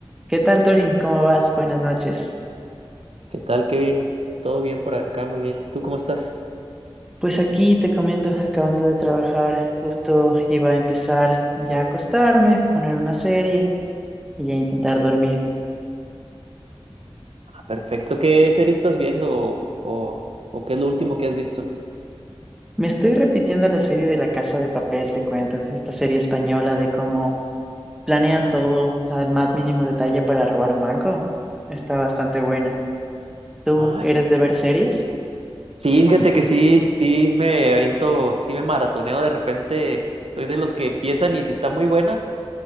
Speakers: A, in the centre; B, on the right.
A: ¿Qué tal, Torin? ¿Cómo vas? Buenas noches.
B: ¿Qué tal, Kevin? ¿Todo bien por acá? Muy bien. ¿Tú cómo estás?
A: Pues aquí te comento, acabando de trabajar, justo iba a empezar ya a acostarme, poner una serie y ya intentar dormir.
B: Ah, perfecto. ¿Qué serie estás viendo o, o- o qué es lo último que has visto?
A: Me estoy repitiendo la serie de La Casa de Papel, te cuento, esta serie española de cómo planean todo al más mínimo detalle para robar un banco. Está bastante buena. ¿Tú
B: Ah,
A: eres
B: fíjate.
A: de ver series?
B: Sí, fíjate que sí, sí me aviento, sí me maratoneo de repente. Soy de los que empiezan y si está muy buena,